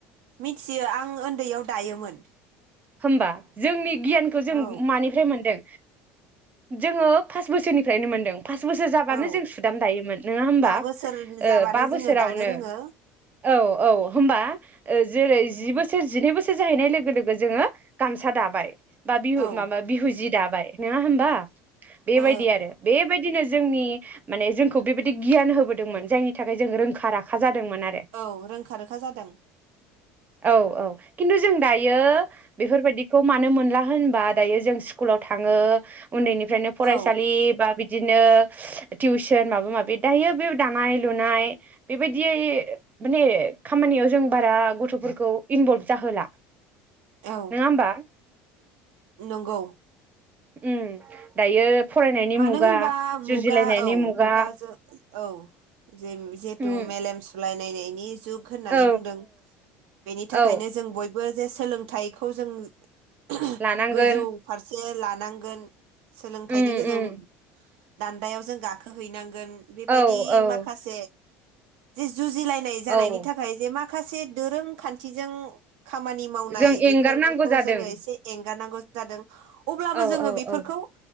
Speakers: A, on the right (about 75°); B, on the right (about 30°).
A: मिथियो आं ओन्दैयाव दायोमोन।
B: होमबा जोंनि गियानखौ जों
A: औ
B: मानिफ्राय मोनदों? जोङो फास बोसोरनिफ्रायनो मोनदों। फास बोसोर जाबानो
A: औ
B: जों सुदाम दायोमोन। नोङा होमबा?
A: बा बोसोर
B: ओ
A: जाबानो
B: बा
A: जोङो
B: बोसोरावनो
A: दानो रोङो
B: औ औ। होमबा ओ जेरै जि बोसोर जिनै बोसोर जाहैनाय लोगो लोगो जोङो गामसा दाबाय बा बिहु
A: औ
B: माबा बिहु जि दाबाय नोङा होमबा बेबायदि
A: ओ
B: आरो बेबायद दिनो जोंनि माने जोंखौ बेबायदि गियान होबोदोंमोन जायनि थाखाय जोंङो रोंखा राखा जाद मोन आरो।
A: औ रोंखा रोखा जादों
B: औ औ किन्टु जों दायो बेफोरबायदिखौ मानो मोनला होनबा दायो जों स्कुलाव थाङो उन्दैनिफ्रायनो फरायसालि
A: औ
B: बा बिद दिनो टिउसन माबा माबि दायो बे दानाय लुनाय बेबायदियै ए माने खामानियाव जों बारा गथ'फोरखौ इनभल्ब जाहोला।
A: औ
B: नङा होमबा
A: नंगौ
B: उम दायो फरायनायनि
A: मानो
B: मुगा
A: होनबा
B: जुजिलायनायनि
A: मुगा औ
B: मुगा
A: मुगाजों औ जेम जेतु
B: उम
A: मेलेम सुलाय नायनायनि जुग होननानै
B: औ
A: बुंदों बेनि थाखायनो
B: औ
A: जों बयबो जे सोलोंथाइखौ जों ओ
B: लानांगोन
A: गोजौ फारसे लानांगोन सोलों गोजौ
B: उम उम
A: दान्दायाव जों गाखोहैनां गोन बेबायदि
B: औ औ
A: माखासे <unintelligible> जुजिलायनाय जानायनि
B: औ
A: थाखाय जे माख खासे दोरों खान्थिजों खामानि मावनाय
B: जों
A: बेफोरखौ
B: एंगारनांगौ जादों
A: जोङो एसे एंगारनांगौ जादों अब्लाबो
B: औ
A: जोङो
B: औ
A: बेफोरखौ
B: औ